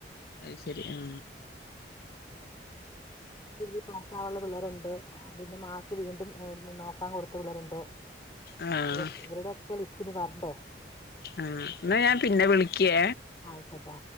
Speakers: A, on the left; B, on the left.
A: അത് ശരി ആ
B: രീതിൽ പാസാവള്ള പിള്ളരുണ്ട് പിന്നെ മാക്ക് വീണ്ടും നോക്ക വക്കാൻ കൊടുത്ത വിളറണ്ട്
A: ആഹ്
B: ഇതൊെ ഇവരുടെ ഒക്കെ ലിസ്റ്റിന് വരണ്ടേ
A: ആ എന്നാ ഞാൻ പിന്നെ വിളിക്കേ
B: ആയിക്കോട്ടെ